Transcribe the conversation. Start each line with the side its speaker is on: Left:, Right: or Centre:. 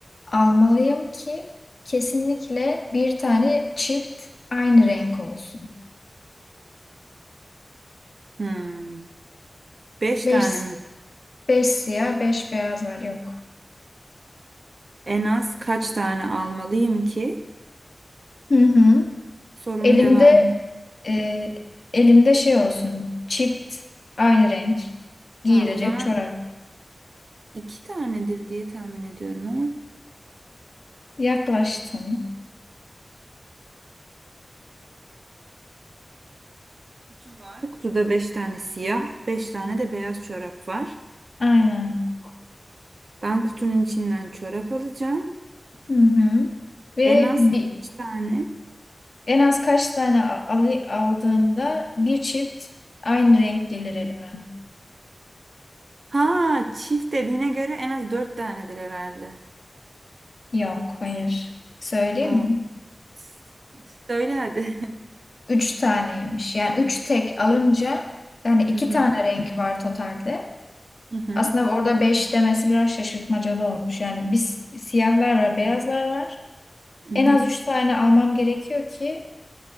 Left: almalıyım ki kesinlikle bir tane çift aynı renk olsun?
Right: Hmm. Beş
Left: Beş,
Right: tane mi?
Left: beş siyah, beş beyaz var yok.
Right: En az kaç tane almalıyım ki?
Left: Hı hı.
Right: Sorunun
Left: Elimde
Right: devamı.
Left: e, elimde şey olsun. Çift aynı renk giyilecek
Right: Ha, o zaman
Left: çorap.
Right: iki tanedir diye tahmin ediyorum ama.
Left: Yaklaştım.
Right: Kutu var. Kutuda 5 tane siyah, 5 tane de beyaz çorap var.
Left: Aynen.
Right: Ben kutunun içinden çorap alacağım.
Left: Hı hı. Ve
Right: En az
Left: bir,
Right: kaç tane?
Left: en az kaç tane a- alı- aldığımda bir çift aynı renk gelir elime.
Right: Ha, çift dediğine göre en az 4 tanedir herhalde.
Left: Yok, hayır. Söyleyeyim
Right: Aa,
Left: mi?
Right: s- söyle hadi. <laughs>
Left: Üç taneymiş. Yani üç tek alınca yani iki
Right: Hı hı,
Left: tane renk var totalde.
Right: hı hı,
Left: Aslında orada beş demesi biraz şaşırtmacalı olmuş. Yani biz siyahlar var, beyazlar var.
Right: hı hı.
Left: En az üç tane almam gerekiyor ki